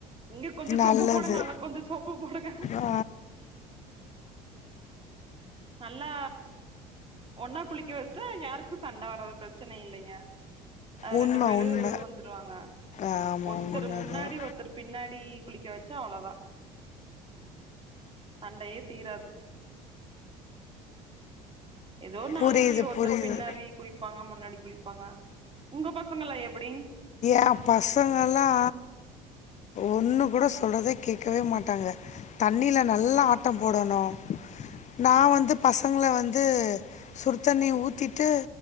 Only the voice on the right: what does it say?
இங்க கொஞ்சோ
சோப்பு போடுங்க அங்க கொஞ்சோ சோப்பு போடுங்க
நல்லா ஒன்னா குளிக்க வெச்சுட்டா யாருக்கு சண்ட வராது பிரச்சன இல்லைங்க அ
ரெண்டு பேரு
வந்துருவாங்க
ஒருத்தர்
முன்னாடி ஒருத்தர் பின்னாடி குளிக்க வெச்சா அவ்ளதா சண்டையே தீராது எதோ ஒர் நாளைக்கு
ஒருத்தர்
பின்னாடி குளிப்பாங்க முன்னாடி குளிப்பாங்க உங்க பசங்கெல்லா எப்டிங்